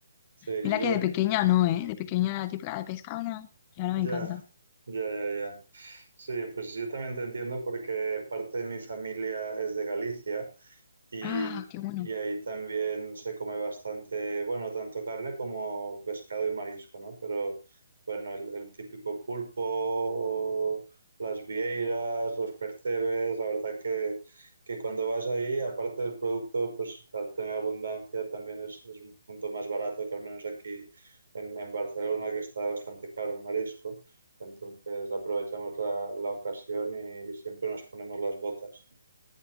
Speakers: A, on the right; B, on the left.
A: Sí,
B: Mira
A: yo,
B: que de pequeña no, ¿eh? De pequeña era la típica de pescado, no. Y ahora
A: ya,
B: me encanta.
A: ya, ya, ya. Sí, pues yo también te entiendo porque parte de mi familia es de Galicia. Y,
B: Ah, qué bueno.
A: y ahí también se come bastante, bueno, tanto carne como pescado y marisco, ¿no? Pero bueno, el, el típico pulpo, las vieiras, los percebes, la verdad que, que cuando vas ahí, aparte del producto, pues al tener abundancia también es, es un punto más barato que al menos aquí en, en Barcelona, que está bastante caro el marisco. Entonces aprovechamos la, la ocasión y siempre nos ponemos las botas.